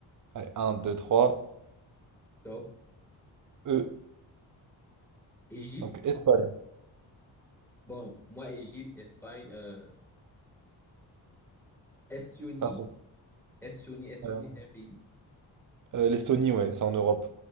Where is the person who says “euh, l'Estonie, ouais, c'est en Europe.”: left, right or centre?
Right